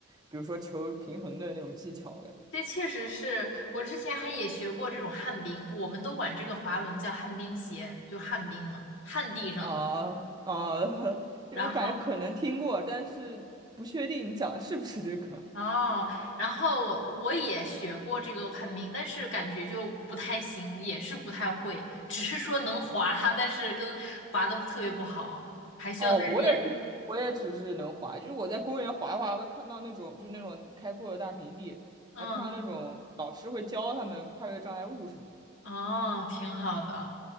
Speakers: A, on the right; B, on the left.
A: 比如说求平衡的那种技巧，我感觉
B: 这确实是我之前还也学过这种旱冰，我们都管这个滑轮叫旱冰鞋，就旱冰嘛，旱地上的。
A: 啊啊，<laughs> 对我感觉可能听过，
B: 然后
A: 但是不确定你讲的是不是这个。
B: 哦，然后我我也学过这个旱冰，但是感觉就不太行，也是不太会，只是说能滑，但是跟滑的特别不好。
A: 哦，
B: 要练。
A: 我也是，我也只是能滑，就是我在公园滑滑会看到那种就是那种开阔的大平地，
B: 嗯，
A: 还看到那种老师会教他们跨越障碍物什么的。
B: 哦，挺好的。